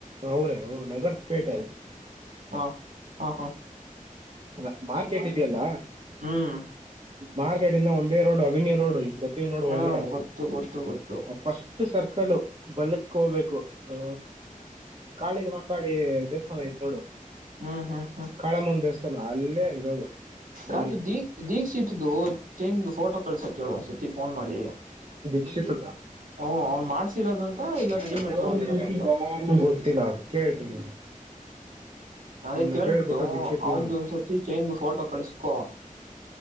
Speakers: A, on the right; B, on the right.
A: ಅವ್ರೆ ನಗರದ ಪೇಟೆ
B: <unintelligible> ಹ ಹ ಹಾ
A: ಅಲ್ಲಾ ಮಾರ್ಕೆಟ್ ಇದೆಯಲ್ಲ
B: ಹ್ಮ್
A: ಮಾರ್ಕೆಟ್ ಇಂದ ಒಂದೇ ರೋಡ್ ಅವೆನ್ಯೂ ರೋಡ್. ಇವ್ ನೋಡ್ ಒಳಗಡೆ
B: ಹಾ ಗೊತ್ತು ಗೊತ್ತು ಗೊತ್ತು
A: ಆ ಫಸ್ಟ್ ಸರ್ಕಲ್. ಬಲ್ಲಕ್ಕ ಹೋಗ್ಬೇಕು ಆ ಕಾಳಿಗೆ ಮಕಾಳಿ ದೇವಸ್ಥಾನಯತ್ ನೋಡು.
B: ಹ್ಮ್ ಹ್ಮ್ ಹ್ಮ್
A: ಕಾಳಮನ್ನ್ ದೇವಸ್ಥಾನ ಅಲ್ಲೇ ಇರೋದು ಅಂಗಡಿ
B: ರಾಜು ದೀಕ್ಷಿತುದು ಚೇನ್ ಫೋಟೋ ಕಳ್ಸ ಕೇಳುವ ಒಂದ ಸರ್ತಿ ಫೋನ್ ಮಾಡಿ.
A: ದೀಕ್ಸಿತ್
B: ಹ್ಮ ಅವ್ನ್ ಮಾಡ್ಸಿರೋದಂತ
A: <unintelligible>
B: ಇಲ್ಲ ರೆಡಿಮೇಡ್ ತಗೊಂಡಿರೋದಂತ
A: ಗೊತ್ತಿಲ್ಲ ಅದು ಕೇಳ್ತೀನಿಗೆ
B: ಅದೇ
A: ಅವನ್ನ
B: ಕೇಳ್ಬಿಟ್ಟು
A: ಕೇಳ್ಬಿಟ್ಟ ದೀಕ್ಷತ್
B: ಅವಂದು
A: ನಾವ್
B: ಒಂದ್ಸತಿ ಚೈನ್ದು ಫೋಟೋ ಕಳ್ಸ್ಕೊ